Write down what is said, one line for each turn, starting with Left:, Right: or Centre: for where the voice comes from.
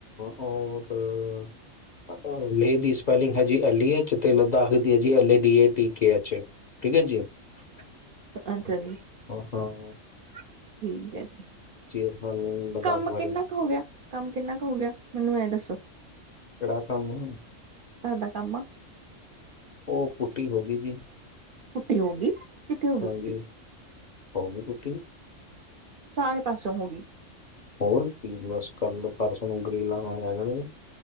Left: ਹੋਰ ਲੇਹ ਦੀ ਸਪੈਲਿੰਗ ਹਜੀ ਐਲੀ ਐਚ ਤੇ ਲਦਾਖ ਦੀ ਹੈ ਐਲ ਏ ਡੀ ਡੀ। ਠ ਠੀਕ ਜੀ <unintelligible>
Right: ਅੱਛਾ ਜੀ।
Left: ਹੋ ਹੋ।
Right: ਹ ਠੀਕ ਹੈ ਜੀ
Left: ਤੁਹਾਨੂੰ ਲਦਾਖ
Right: ਕੰਮ
Left: ਬਾਰੇ
Right: ਕਿੰਨਾ ਕੁ, ਹੋ ਗਿਆ ਕੰਮ ਕਿੰਨਾ ਕੁ, ਹੋ ਗਿਆ! ਮੈਨੂੰ ਇਹ ਦੱਸੋ
Left: ਕਿਹੜਾ ਕੰਮ ਆ!
Right: ਘਰ ਦਾ ਕੰਮ ਆ?
Left: ਉਹ ਪੁੂਟੀ ਹੋ ਗਈ ਜੀ।
Right: ਪੁੱਟੀ, ਹੋਗੀ ਕਿੱਥੇ ਹੋਗੀ,
Left: ਹਾਂਜੀ
Right: ਪੁੱਟੀ
Left: ਹੋ ਗਈ ਪੁੱਟੀ
Right: ਸਾਰੇ ਪਾਸਓ ਹੋ ਗਈ
Left: ਹੋਰ ਕੀ ਬਸ ਕੱਲ ਪਰਸੋਂ ਨੂੰ ਉਂਗਲੀ ਲਾਉਣ ਨਾਲੇ ਆ ਜਾਣਗੇ।